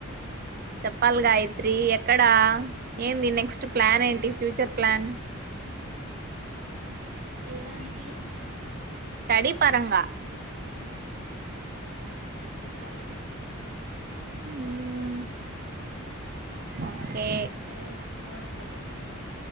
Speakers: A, on the right; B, on the right.
A: చెప్పాలి గాయత్రి ఎక్కడా ఏంది నెక్స్ట్ ప్లాన్ ఏంటి ఫ్యూచర్ ప్లాన్
B: ఏదానికి
A: స్టడీ పరంగా
B: చూడాలి
A: మ్మ్ ఓకే
B: ఇంకా ఏం అనుకోట్ లేదు